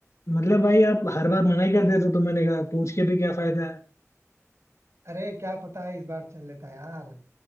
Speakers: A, on the left; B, on the right.
A: मतलब भाई आप हर बार मना ही कर देते हो तो मैंने कहा पूछ के भी क्या फायदा है
B: अरे क्या पता है इस बार चल लेता यार